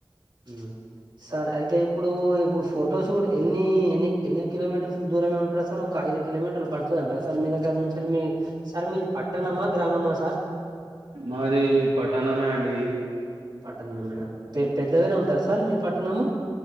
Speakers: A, on the right; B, on the right.
A: ఉ సార్ అయితే ఇప్పుడు ఇప్పుడు ఫోటోషూట్ ఎన్ని ఎన్ని ఎన్ని కిలోమీటర్స్ దూరమే ఉంటారు సార్ ఒక ఐదు కిలోమీటర్లు పడుతుదంటార సార్ మీ దగ్గర నుంచి మీ సార్ మీది పట్టణమా గ్రామమా సార్
B: మాది పట్టణమే అండి
A: పట్టణమే పెద్దగానే ఉంటాదా సార్ మీ పట్టణము